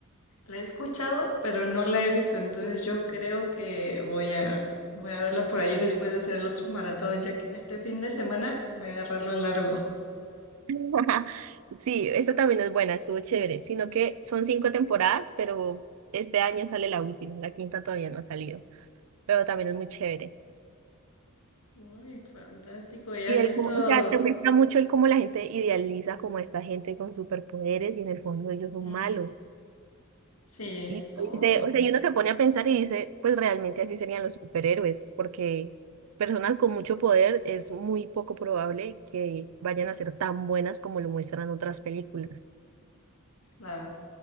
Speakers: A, on the left (about 75°); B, on the right (about 70°).
A: La he escuchado, pero no la he visto, entonces yo creo que voy a, voy a verla por ahí después de hacer el otro maratón, ya que este fin de semana voy a agarrarlo largo.
B: <laughs> Sí, esta también es buena, estuvo chévere, sino que son cinco temporadas, pero este año sale la última, la quinta todavía no ha salido, pero también es muy chévere.
A: Uy, fantástico. ¿Y has
B: Y él,
A: visto
B: como- o sea, te muestra mucho el cómo la gente idealiza como a esta gente con superpoderes y en el fondo ellos son
A: mm,
B: malos.
A: Sí,
B: Y
A: oh,
B: dice, o sea, y uno se pone a pensar y dice, pues realmente así serían los superhéroes, porque personas con mucho poder es muy poco probable que vayan
A: mm,
B: a ser tan buenas como lo muestran otras películas.
A: claro,